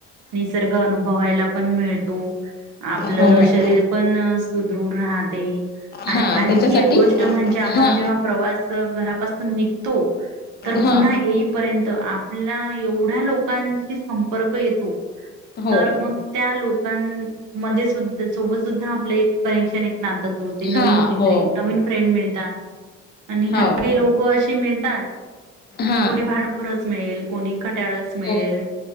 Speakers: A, on the right; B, on the left.
A: निसर्ग अनुभवायला पण मिळतो आपलं
B: हो मॅडम
A: शरीर पण पण सदृढ राहते आणि
B: हा
A: आणखी
B: त्याच्यासाठी
A: एक गोष्ट म्हणजे आपण
B: हा
A: जेव्हा प्रवास करतो निघतो तर पुन्हा
B: हा
A: येईपर्यंत आपल्या एवढ्या लोकांची र्क येतो
B: हो
A: तर मग त्या लोकांमध्ये सुद्धा सोबत सुद्धा आपलं एक कनेक्शन नाता जुळते नवीन
B: हा
A: मैत्री
B: हो
A: नवीन फ्रेंड मिळतात आणि
B: हो
A: काही काही लोक असे मिळतात मिळतात
B: हा
A: कि कोणी भांडखोरच मिळेल कोणी खट्याळच मिळेल
B: हो